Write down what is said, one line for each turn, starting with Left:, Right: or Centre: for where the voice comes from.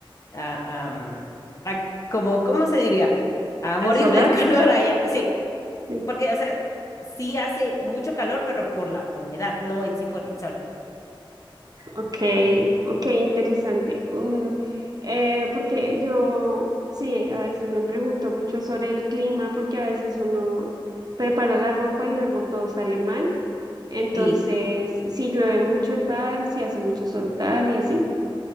Left: a, a, mm, a como, ¿cómo se diría? A
Right: ¿En
Left: morir
Right: solar?
Left: del <laughs> calor allá. Sí,
Right: Sí.
Left: porque, o sea, sí hace mucho calor, pero por la humedad, no en sí por el sol.
Right: Ok, ok, interesante. Um, eh, porque yo, sí, a veces me pregunto mucho sobre el clima porque a veces uno prepara la ropa y luego todo sale mal. Entonces,
Left: Sí,
Right: si llueve mucho tal, si hace mucho sol tal y así.